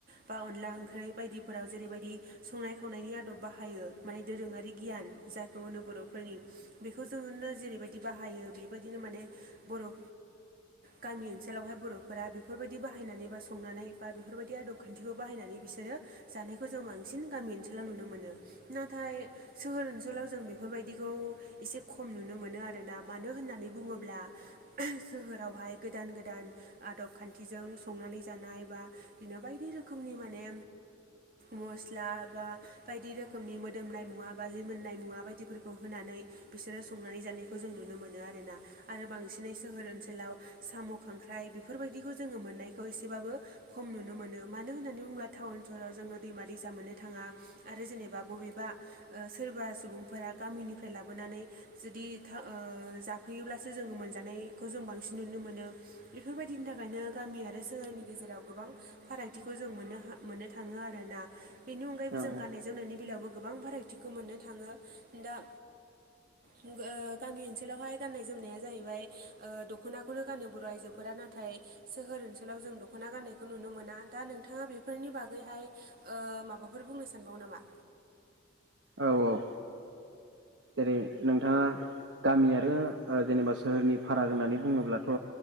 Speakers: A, on the right; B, on the right.
A: बा अनला ओंख्रि बायदिफोराव जेरैबायदि संनाय खावनायनि आदब बाहायो माने दोरोंङारि गियान जाय खौहोनो बर'फोरनि बेखौ जोंनो जेरैबायदि बाहायो बेबायदिनो माने बर'ओ गामि ओनसोलावहाय बर'फोरा बेफोरबायदि बाहायनानै बा संनानै बा बेफोरबायदि आदब खान्थिखौ बाहायनानै बिसोरो जानायखौ जों बांसिन गामि ओनसोलाव नुनो मोनो नाथाय सोहोर ओनसोलाव जों बे बेफोरबायदिखौ एसे खम नुनो मोनो आरोना मानो होननानै बुंङोब्ला सोहोरावहाय गोदान गोदान आदब खान्थिजों संनानै जानाय बा बिदिनो बायदि रोखोमनि माने मस्ला बा बायदि रोखोमनि मोदोमनाय मुवा बा लिमोननाय मुवा बायदिफोरखौ होनानै बिसोरो संनानै जानायखौ जों नुनो मोनो आरोना। आरो बांसिनै सोहोर ओनसोलाव साम' खांख्राइ बेफोरबायदिखौ जोङो मोननायखौ एसेबाबो खम नुनो मोनो मानो होननानै बुब्ला टाउन सहराव जोङो दैमा दैसा मोननो थांङा आरो जेनेबा बबेबा सोरबा सुबुंफोरा गामिनिफ्राय लाबोनानै जुदि था ओ जाफैयोब्लासो जोंङो मोनजानायखौ जों बांसिन नुनो मोनो बेफोरबायदिनि थाखायनो गामि आरो सोहोरनि गेजेराव गोबां फारागथिखौ जों मोननो हा मोननो थांङो आरोना। बेनि अनगायैबो
B: औ
A: जों गाननाय जोमनायनि बेलायावबो गोबां भेराइटिखौ मोननो थाङो दा गो गामि ओनसोलावहाय गाननाय जोमनाया जाहैबाय ओ दख'नाखौनो गानो बर' आइजोफोरा नाथाय सोहोर ओनसोलाव जों दख'ना गान्नायखौ नुनो मोना दा नोंथाङा बेफोरनि बागैहाय ओ माबाफोर बुंनो सानबावो नामा।
B: औ औ जेरै नोंथांङा गामि आरो ओ जेनेबा सोहोरनि फाराग होननानै बुंङोब्लाथ'